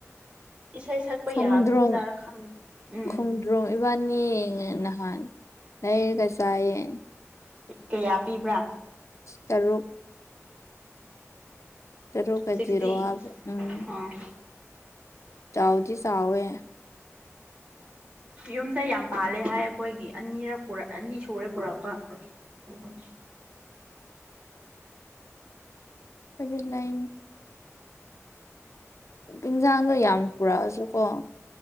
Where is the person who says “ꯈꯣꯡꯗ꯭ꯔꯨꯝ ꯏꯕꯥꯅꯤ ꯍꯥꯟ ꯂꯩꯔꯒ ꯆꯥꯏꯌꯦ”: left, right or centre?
Left